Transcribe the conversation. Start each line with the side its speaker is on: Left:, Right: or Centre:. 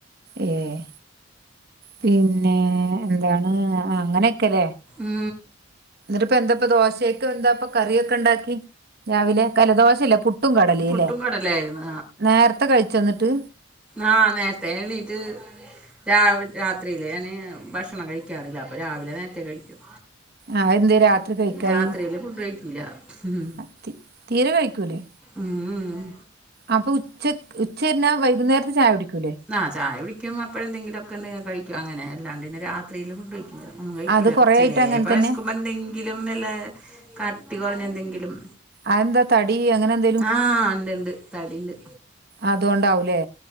Right: ഏഹ് പിന്നെ എന്താണ് അങ്ങനൊക്കെല്ലേ
Centre: മ്
Right: എന്നിട്ടിപ്പ എന്താപ്പ ദോശക്കെന്താപ്പ കറിയൊക്കെണ്ടാക്കി രാവിലെ കല ദോശല്ല പുട് പുട്ടും കടലല്ലേ
Centre: പുട്ടും കടലായിരുന്നു
Right: നേരത്തെ കഴിച്ചൊന്നിട്ട്
Centre: ആഹ് നേരത്തെണീറ്റ് രാവി രാത്രിയില് ഞാന് ഭക്ഷണം കഴിക്കാറില്ല അപ്പൊ രാവിലെ നേരത്തെ കഴിക്കും
Right: ആഹ് എന്തെ രാത്രി കഴിക്കായി
Centre: രാത്രിയിൽ ഫുഡ് കഴിക്കൂല ഉം
Right: ആ, തി- തീരെ കഴിക്കൂലേ
Centre: ഉംമ്
Right: അപ്പൊ ഉച്ച തിരിഞ്ഞാൽ വൈകുന്നേരത്തെ ചായ കുടിക്കൂല്ലേ?
Centre: ആ ചായ കുടിക്കും അപ്പോഴന്തെ ങ്കിലുഒക്കെണ്ടെങ്കിൽ കഴിക്കുംഅങ്ങനെ അല്ലാതെന്നെ രാത്രീല് ഫുഡ് കഴിക്കും ഒന്നും കഴിക്കൂല്ല
Right: അത് കൊറേ
Centre: ചെലപ്പോ
Right: ആയിട്ട് അങ്ങനെ തന്നെ
Centre: വിശക്കുമ്പോ എന്തെങ്കിലും ഇതിലും വല്ല കട്ടി കുറഞ്ഞ എന്തെങ്കിലും
Right: അതെന്താ തടി അങ്ങനെന്താ
Centre: ആഹ് ഉണ്ട്ണ്ട് തടിണ്ട്
Right: അതുകൊണ്ടാവൂലേ